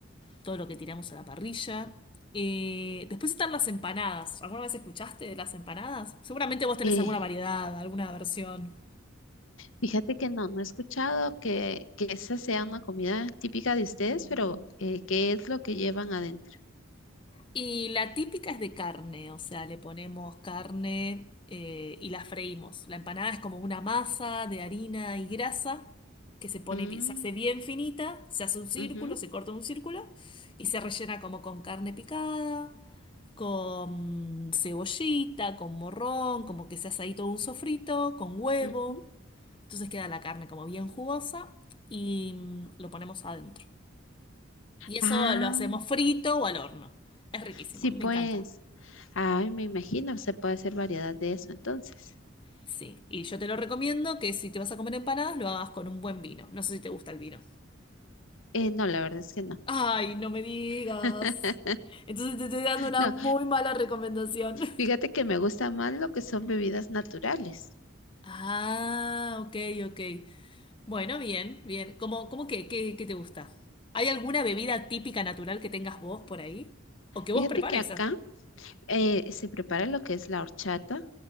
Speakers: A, on the left (about 25°); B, on the left (about 75°).
A: Todo lo que tiramos a la parrilla. Eh, después están las empanadas. ¿Alguna vez escuchaste de las empanadas? Seguramente vos tenés
B: eh,
A: alguna variedad, alguna versión.
B: fíjate que no, no he escuchado que, que esa sea una comida típica de ustedes, pero eh, ¿qué es lo que llevan adentro?
A: Y la típica es de carne, o sea, le ponemos carne eh, y la freímos. La empanada es como una masa de harina y grasa que se pone,
B: Mm,
A: bi- se hace bien finita, se hace un círculo,
B: ujú,
A: se corta un círculo y se rellena como con carne picada, con cebollita, con morrón, como que se hace ahí todo un sofrito, con huevo.
B: ujú.
A: Entonces queda la carne como bien jugosa y mm, lo ponemos adentro. Y eso
B: Ah,
A: lo hacemos frito o al horno. Es riquísimo,
B: sí,
A: me
B: pues.
A: encanta.
B: Ay, me imagino, se puede hacer variedad de eso entonces.
A: Sí, y yo te lo recomiendo que si te vas a comer empanadas lo hagas con un buen vino. No sé si te gusta el vino.
B: Eh, no, la verdad es que no.
A: Ay, no me digas.
B: <laughs>
A: Entonces te estoy dando una
B: No,
A: muy mala recomendación. <laughs>
B: fíjate que me gusta más lo que son bebidas naturales.
A: Ah, ok, ok. Bueno, bien, bien. ¿Cómo, cómo qué, qué, qué te gusta? ¿Hay alguna bebida típica natural que tengas vos por ahí? ¿O que vos
B: Fíjate
A: prepares?
B: que acá
A: ah?
B: eh, se prepara lo que es la horchata,